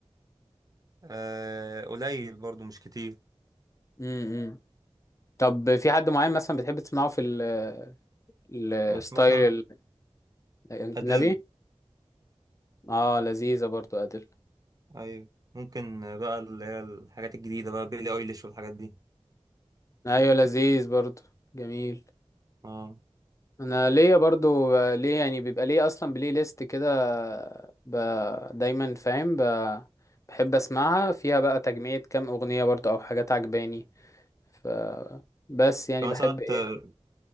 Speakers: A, on the right; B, on the left.
A: آه قليل برضو مش كتير
B: امم طب في حد معين مثلا بتحب تسمعه في ال- ال- الستايل
A: م- مثلا
B: الاجنبي
A: أديل
B: اه لذيذه برضو ادل
A: أيوة ممكن بقى اللي هي الحاجات الجديدة بقى بيلي أيليش والحاجات دي
B: ايوه لذيذ برضو جميل
A: اه
B: انا ليا برضو آه، ليه يعني بيبقى ليه اصلا بلاي ليست كده ب... دايما فاهم ب... بحب اسمعها فيها بقى تجميع كام اغنيه برضو او حاجات عجباني ف بس يعني
A: كمان
B: بحب
A: ساعات
B: ايه
A: آه،